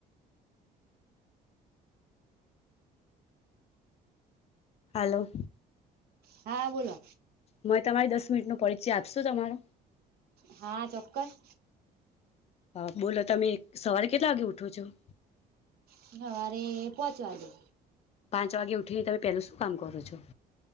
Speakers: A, on the left; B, on the right.
A: હાલો
B: હા બોલો
A: મને તમારી દસ મિનિટનો પરિચય આપસો તમારો
B: હા ચોક્કસ
A: હા બોલો તમે સવારે કેટલા વાગે ઉઠો છો?
B: સવારે પાંચ વાગે
A: પાંચ વાગે ઉઠી તમે પેલું શું કામ કરો છો.